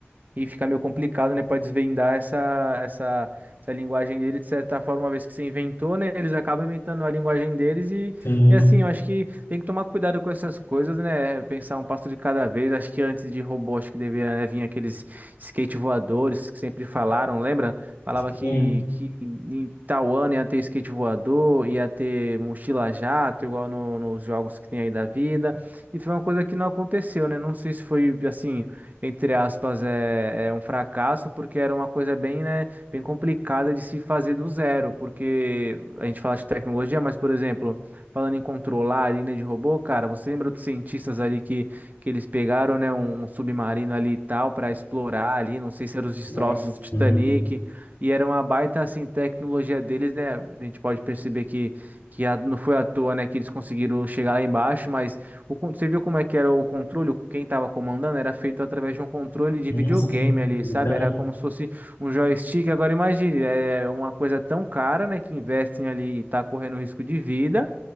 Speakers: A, on the right; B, on the left.
A: E fica meio complicado, né, para desvendar essa, essa, essa linguagem dele, de certa forma, uma vez que você inventou, né, eles acabam inventando a linguagem deles e,
B: sim,
A: e assim, eu acho que tem que tomar cuidado com essas coisas, né, pensar um passo de cada vez, acho que antes de robô, acho que deveria, né, vir aqueles skate voadores que sempre falaram, lembra? Falava
B: sim.
A: que, que em tal ano ia ter skate voador, ia ter mochila jato, igual no- nos jogos que tem aí da vida, e foi uma coisa que não aconteceu, né, não sei se foi, assim entre aspas, é, é um fracasso, porque era uma coisa bem, né, bem complicada de se fazer do zero, porque a gente fala de tecnologia, mas, por exemplo, falando em controlar ali, né, de robô, cara, você lembra dos cientistas ali que, que eles pegaram, né, um, um submarino ali e tal para explorar ali, não sei se eram os destroços
B: É,
A: do Titanic,
B: sim,
A: e era uma baita, assim, tecnologia deles, né, a gente pode perceber que, que a- não foi à toa, né, que eles conseguiram chegar lá embaixo, mas o, con- você viu como é que era o controle? Quem estava comandando era feito através de um controle de
B: sim,
A: videogame
B: sim.
A: ali,
B: Então,
A: sabe? Era como se fosse um joystick. Agora imagine, é uma coisa tão cara, né, que investem ali e tá correndo risco de vida,